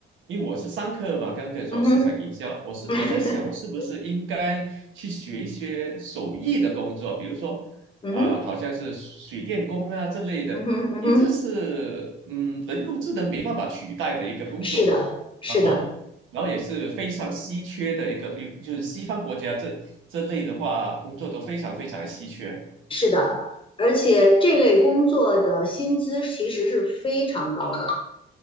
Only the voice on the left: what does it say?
嗯哼
<laughs>
嗯哼
嗯哼嗯哼，
是的，是的，
是的，而且这类工作的薪资其实是非常高的。